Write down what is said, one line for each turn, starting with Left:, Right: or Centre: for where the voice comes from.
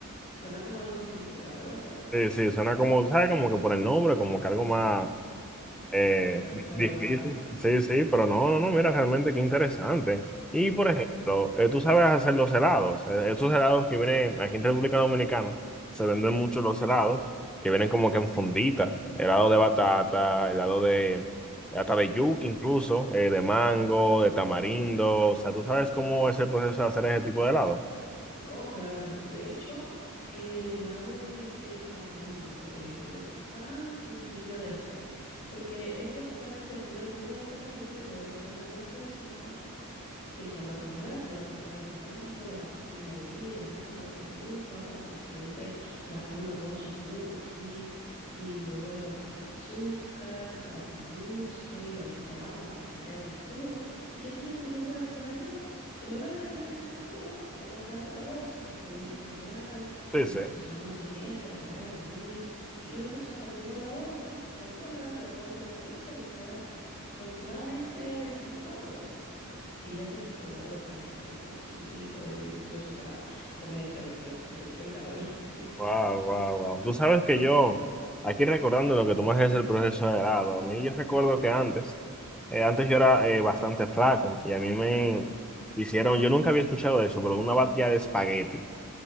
Left: Suena como algo sofisticado, ¿verdad?
Centre: Sí, sí, suena como, ¿sabes? Como que por el nombre, como que algo más, eh,
Left: Exacto,
Centre: di- difícil,
Left: elaborado.
Centre: sí,
Left: <laughs>
Centre: sí, pero no, no, no, mira, realmente qué interesante. Y por
Left: Exacto.
Centre: ejemplo, eh, tú sabes hacer los helados. Eh, estos helados que vienen aquí en República Dominicana, se venden mucho los helados, que vienen como que en fundita, helado de batata, helado de, hasta de yuca incluso, eh, de mango, de tamarindo. O sea, tú sabes cómo es el proceso de hacer ese tipo de helado.
Left: Oh, claro que sí. De hecho, el helado de tamarindo, por ejemplo, es tan sencillo de hacer, porque es básicamente hacer el jugo de tamarindo y luego echarlo en las bolsitas y echarlo a congelar. Tú vas a tomar el tamarindo, lo vas a poner a hervir en agua, en la estufa, para que suelte la fruta, todo su jugo así, y luego le vas a echar azúcar para que endulce, le vas a echar agua para que no quede tan puro, y ya tienes el jugo de tamarindo. Y luego de que tienes ese jugo, tomas la, la bolsa que esté limpia, claro,
Centre: Sí,
Left: con
Centre: sí.
Left: tus manos higiénicas, el área también, y vas echando el jugo en la bolsa, lo cierras, lo pones en el freezer y esperas aproximadamente 24 horas. Y ya tienes tu helado de tamarindo así rico, de delicioso para comértelo y que se te quite el calor. <laughs>
Centre: Wow, wow, wow. Tú sabes que yo, aquí recordando lo que tú me haces el proceso de grado, a mí yo recuerdo que antes, eh, antes yo era eh, bastante flaco y a mí me hicieron, yo nunca había escuchado eso, pero una batida de espagueti.